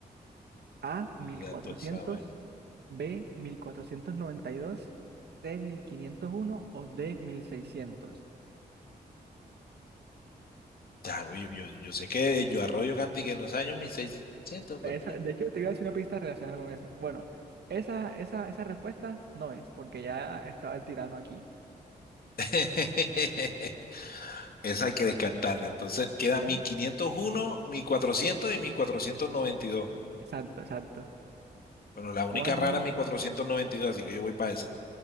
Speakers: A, on the right; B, on the left.
A: A
B: Mira,
A: mil cuatrocientos
B: tú esa vaina.
A: B mil cuatrocientos noventa y dos C mil quinientos uno o D mil seiscientos
B: Ya, Yo, yo, yo sé que yo arroyo canti que en los años mil seiscientos,
A: Esa-
B: pero...
A: de hecho, te voy a decir una pista relacionada con eso. Bueno, esa, esa, esa respuesta no es, porque ya estaba el tirano aquí.
B: <laughs> Esa hay que descartarla. Entonces queda
A: ¿Ya?
B: mi 501, mi 400 y mi 492.
A: Exacto, exacto.
B: Bueno, la
A: ¿Cuándo?
B: única rara es mi 492, así que yo voy para esa.